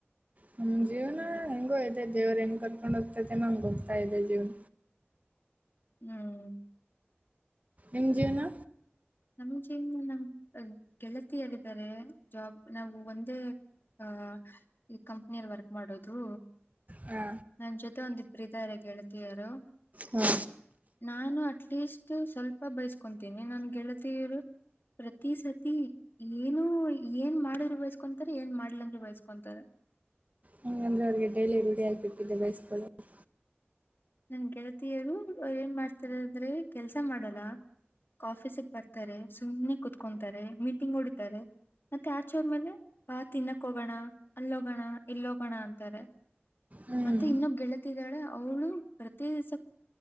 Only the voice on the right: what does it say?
ನಮ್ ಜೀವನ ಹೆಂಗೋ ಇದೆ ದೇವರ ಹೆಂಗ್ ಕರ್ಕೊಂಡು ಹೋಗ್ತತೈತೆ ನೋ ಹಂಗ್ ಹೋಗ್ತಾ ಇದೆ ಜೀವನ
ಎಂಜನ
ಹಾ
ಹಾ
ಹಂಗಂದ್ರೆ ಅವ್ರಿಗೆ ಡೈಲಿ ರೂಡಿಯಾಗ್ಬಿಟ್ಟಿದೆ ಬೈಸ್ಕೊಳ್ಳುವುದು
ಹ್ಮ್